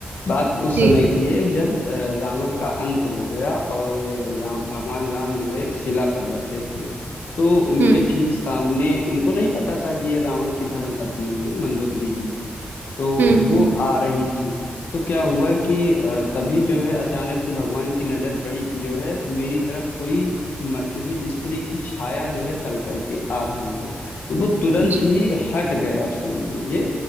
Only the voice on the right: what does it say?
जी
हम्म
हम्म हम्म
जी